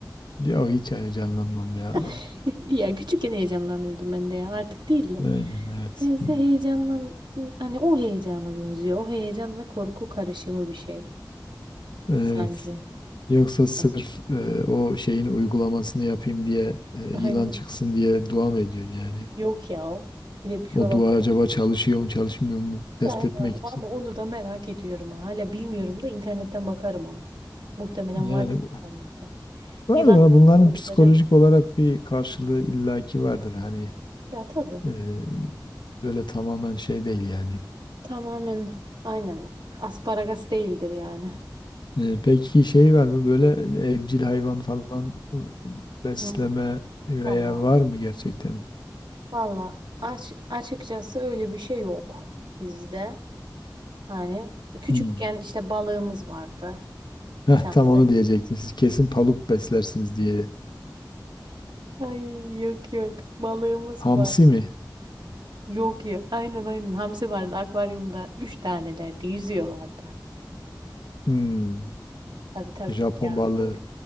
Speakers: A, on the left; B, on the right.
A: ya hiç yani canlanmam ya.
B: <laughs> Ya küçükken heyecanlanıyordum ben de ya artık değil de.
A: Aynen evet.
B: Neyse
A: Hmm.
B: heyecanlan hani o heyecana benziyor. O heyecan ve korku karışımı bir şey
A: Evet.
B: sanki.
A: Yoksa sırf
B: <laughs>
A: e, o şeyin uygulamasını yapayım diye e, yılan
B: Aynen.
A: çıksın diye dua mı ediyorsun yani?
B: Yok ya. o. Böyle bir şey
A: O
B: olabilir.
A: dua acaba çalışıyor mu çalışmıyor mu test
B: Aynen
A: etmek için.
B: ama onu da merak ediyorum. ha. Hala bilmiyorum da internetten bakarım onu. Muhtemelen
A: Yani
B: vardır internette.
A: vardır
B: Yılan
A: ama bunların
B: görünce okunacak
A: psikolojik
B: da.
A: olarak bir karşılığı illaki vardır. Hani
B: Ya tabii.
A: e, böyle tamamen şey değil yani.
B: Tamamen aynen. Asparagas değildir yani.
A: E, peki şey var mı böyle evcil hayvan falan besleme
B: Hı.
A: veya
B: Vallahi.
A: var mı gerçekten?
B: Vallahi aç, açıkçası öyle bir şey yok bizde. Hani küçükken
A: Hmm.
B: işte balığımız vardı.
A: Heh,
B: Bir tane
A: tam onu
B: be.
A: diyecektim. Siz kesin paluk beslersiniz diye.
B: Ay yok yok. Balığımız
A: Hamsi
B: var.
A: mi?
B: Yok ya. Aynen aynen. Hamsi vardı akvaryumda. Üç tanelerdi. Yüzüyorlardı.
A: Hmm.
B: Tabii tabii.
A: Japon
B: Ya
A: balığı.
B: yok.